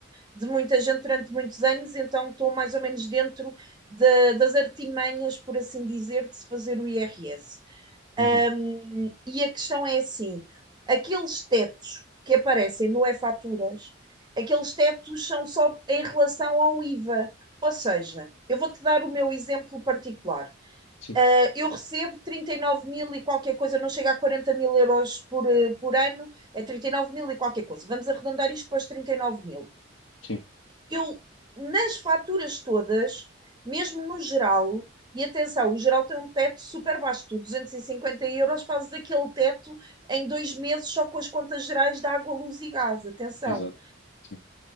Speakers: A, on the right (about 20°); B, on the left (about 80°).
A: de muita gente durante muitos anos, então estou mais ou menos dentro da- das artimanhas, por assim dizer, de se fazer o IRS.
B: uhum,
A: Ahm, e a questão é assim: aqueles tetos que aparecem no E-Faturas, aqueles tetos são só em relação ao IVA. Ou seja, eu vou-te dar o meu exemplo particular.
B: sim,
A: Ah, eu recebo 39 mil e qualquer coisa, não chega a 40 mil euros por, eh, por ano, é 39 mil e qualquer coisa. Vamos arredondar isto para os 39 mil
B: sim,
A: eu, nas faturas todas, mesmo no geral, e atenção, o geral tem um teto super baixo, tu 250 euros fazes aquele teto em dois meses só com as contas gerais de água, luz e gás, atenção.
B: exato, sim,